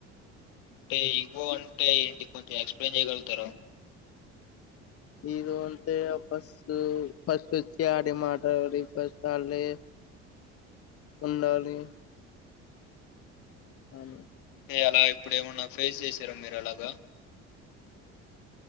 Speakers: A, on the left; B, on the left.
A: ఎ ఇగో అంటే ఏంటి, కొంచెం ఎక్స్ప్లెయిన్ చెయ్యగలుగుతార.
B: ఈద అంటే, అ ఫస్ట్, ఫస్ట్ వొచ్చి ఆడి మాటాడి ఫస్ట్ ఆల్లే, ఉండాలి. అని
A: ఎ అలా ప్. ఇప్పుడు ఏమన్నా, ఫేస్ చేసారా, మీరు అలాగా.